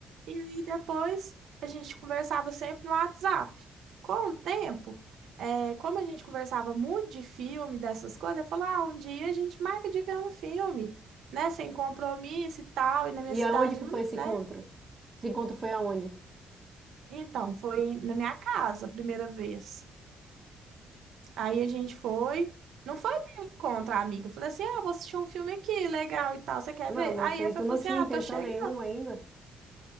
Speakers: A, on the right; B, on the right.
A: e aí depois a gente conversava sempre no WhatsApp. Com o tempo, é, como a gente conversava muito de filme, dessas coisas, ele falou: ah, um dia a gente marca de ver um filme, né? Sem compromisso e tal. E na minha
B: E
A: cidade,
B: aonde que
A: não,
B: foi esse
A: né?
B: encontro? Esse encontro foi aonde?
A: Então, foi na minha casa a primeira vez. Aí a gente foi. Não foi bem contra a amiga. Eu falei assim: ah, vou assistir um filme aqui, legal e tal, você quer
B: Não,
A: ver?
B: mas
A: Aí
B: aí
A: a Fê
B: tu
A: falou
B: não tinha
A: assim: ah,
B: intenção
A: tô chegando.
B: nenhuma ainda?